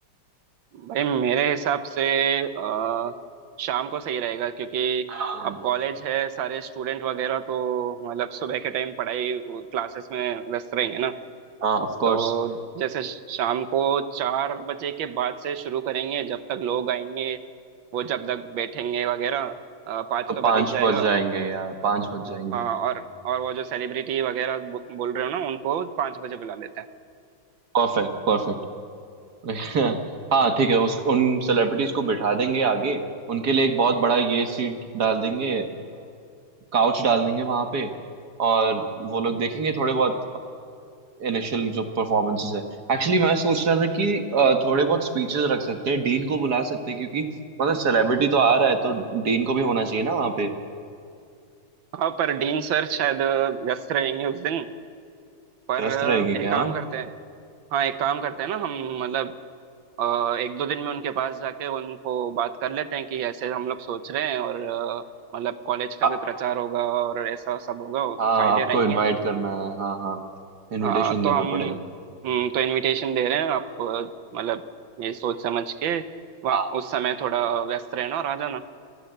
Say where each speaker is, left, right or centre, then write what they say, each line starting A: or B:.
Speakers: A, on the right; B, on the right.
A: भाई मेरे हिसाब से अ, शाम को सही रहेगा क्योंकि
B: हाँ
A: अब कॉलेज है सारे स्टूडेंट वगैरह तो मतलब सुबह के टाइम पढ़ाई क्लासेस में व्यस्त रहेंगे ना
B: Of course
A: तो जैसे शाम को चार बजे के बाद से शुरू करेंगे जब तक लोग आएंगे वो जब तक बैठेंगे वगैरह अ, पाँच
B: तो
A: तो
B: पाँच
A: बज ही जाएगा
B: बज जाएंगे या पाँच बज जाएंगे
A: अ, और और वो जो सेलिब्रिटी वगैरह बो- बोल रहे हो ना उनको पाँच बजे बुला लेते हैं
B: Perfect perfect <laughs> हाँ ठीक है उस उन सेलिब्रिटीज को बिठा देंगे आगे उनके लिए एक बहुत बड़ा ये सीट डाल देंगे काउच डाल देंगे वहां पे और वो लोग देखेंगे थोड़े बहुत इनिशियल जो परफॉर्मेंसेस है एक्चुअली मैं सोच रहा था कि अ, थोड़े बहुत स्पीचेस रख सकते हैं डीन को बुला सकते हैं क्योंकि मतलब सेलिब्रिटी तो आ रहा है तो डीन को भी होना चाहिए ना वहाँ पे
A: हाँ पर डीन सर शायद अ, व्यस्त रहेंगे उस दिन पर
B: व्यस्त
A: अ,
B: रहेंगे
A: एक
B: क्या
A: काम
B: हम?
A: करते हैं हाँ एक काम करते हैं ना हम मतलब अ, एक दो दिन में उनके पास जाके उनको बात कर लेते हैं कि ऐसे हम लोग सोच रहे हैं और अ, मतलब कॉलेज का
B: आ-
A: भी प्रचार होगा और ऐसा सब होगा
B: हाँ
A: फायदे
B: आपको
A: रहेंगे
B: इनवाइट करना है हाँ हाँ इनविटेशन
A: हाँ
B: देना
A: तो हम
B: पड़ेगा
A: हम्म, तो इनविटेशन दे रहे हैं आप अ, मतलब ये सोच समझ के वहाँ
B: हाँ।
A: उस समय थोड़ा व्यस्त रहना और आ जाना